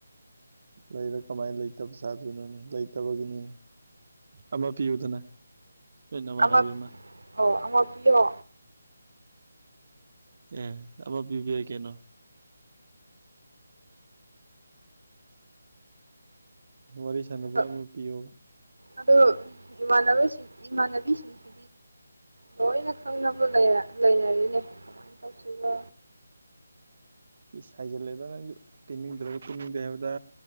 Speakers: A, on the right; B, on the right.
A: ꯂꯩꯔ ꯀꯃꯥꯏꯅ ꯂꯩꯇꯕ ꯁꯥꯥꯗꯣꯏꯅꯣꯅꯦ ꯂꯩꯇꯕꯒꯤꯅꯤ ꯑꯃ ꯄꯤꯌꯨꯗꯅ ꯅꯣꯏ ꯅꯃꯥꯟꯅꯕꯤ
B: ꯑꯃ ꯑꯣ ꯑꯃ ꯄꯤꯌꯣ
A: ꯑꯦ ꯑꯃ ꯄꯤꯕ ꯌꯥꯏ ꯀꯩꯅꯣ ꯋꯥꯔꯤ ꯁꯥꯟꯅꯕ
B: ꯑꯗꯣ
A: ꯑꯃ ꯄꯤꯌꯣ
B: ꯑꯗꯣ ꯏꯃꯅꯕꯁꯤꯡ ꯏꯃꯥꯟꯕꯤꯁꯤꯡꯁꯤ ꯂꯣꯏꯅ ꯈꯪꯅꯕ ꯂꯩꯔꯦ ꯂꯩꯅꯔꯤꯅꯦ ꯀꯃꯥꯏꯅ ꯇꯧꯁꯤꯕꯣ
A: ꯏꯁ ꯍꯥꯏꯖꯤꯜꯂꯦꯗ ꯅꯪꯁꯨ ꯄꯤꯅꯤꯡꯗ꯭ꯔꯒ ꯄꯤꯅꯤꯡꯗꯦ ꯍꯥꯏꯌꯨꯗ